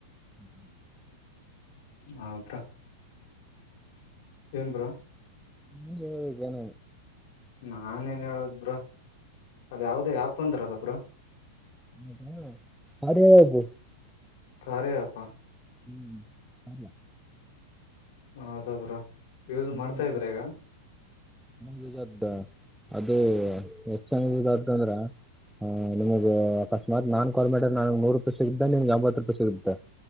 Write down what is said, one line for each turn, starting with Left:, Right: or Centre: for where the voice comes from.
Centre: ಹ್ಮ
Left: ಹಾ ಬ್ರೋ ಏನ್ ಬ್ರೋ
Centre: ಹಂಗೆ ಇರೋದು ಜನ
Left: ನಾನ ನ್ ಹೇಳದು ಬ್ರೋ ಅದ ಯಾವ್ದ ಆ್ಯಪ್ ಅಂದ್ರಲ್ಲಬ್ರು
Centre: <unintelligible>
Left: ಕಾರ್ಯ ಆಪ್ ಹಾ
Centre: ಹ್ಮ್ ಕಾರ್ಯ
Left: ಹೌದ ಬ್ರೋ ಯೂಸ್
Centre: ಚೆನ್ನಾಗಿ
Left: ಮಾಡ್ತಾ ಇದ್ರ ಈಗ
Centre: ಯೂಸ್ ಆಗ್ತದ ಅದು ಎಷ್ಟ ಚೆನ್ನಾಗಿ ಯೂಸ್ ಆಗ್ತದ ಹ್ ನಿಮಗ್ ಅಕಸ್ಮತ್ನ್ ಕಾಲ್ ಮಾಡಿದ್ರೆ ನನಗ್ ನೂರು ರೂಪಾಯಿ ಸಿಗಿದ್ದೆ ನಿಮಗ್ಗೆ ಎಂಬತ್ ರೂಪಾಯಿ ಸಿಗಿದ್ದೆ